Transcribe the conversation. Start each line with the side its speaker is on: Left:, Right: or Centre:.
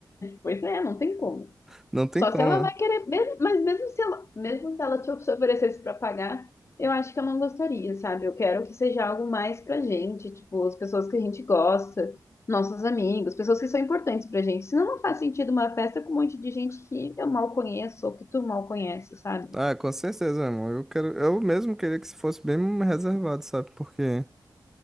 Left: Pois é, não tem como.
Centre: <laughs> Não tem
Left: Só
Centre: como,
Left: se ela vai
Centre: né?
Left: querer, mesmo- mas mesmo se ela, mesmo se ela te oferecesse para pagar, eu acho que eu não gostaria, sabe? Eu quero que seja algo mais pra gente, tipo, as pessoas que a gente gosta, nossos amigos, pessoas que são importantes pra gente. Senão não faz sentido uma festa com um monte de gente que eu mal conheço ou que tu mal conhece, sabe?
Centre: Ah, com certeza, meu irmão. Eu quero, eu mesmo queria que se fosse bem reservado, sabe? Porque,